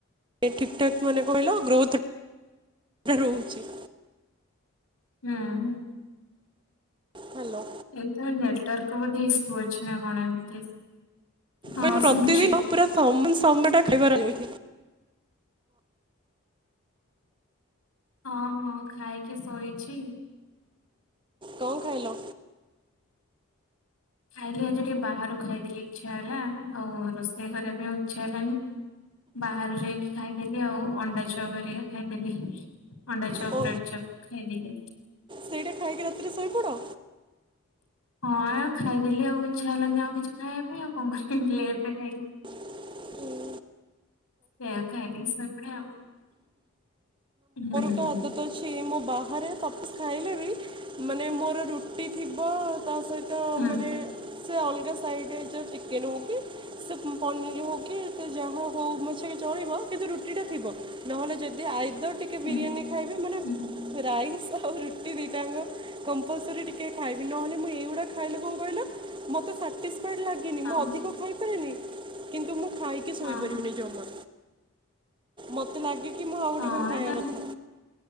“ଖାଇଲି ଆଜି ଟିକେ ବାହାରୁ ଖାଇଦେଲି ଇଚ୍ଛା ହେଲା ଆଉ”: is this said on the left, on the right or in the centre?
Left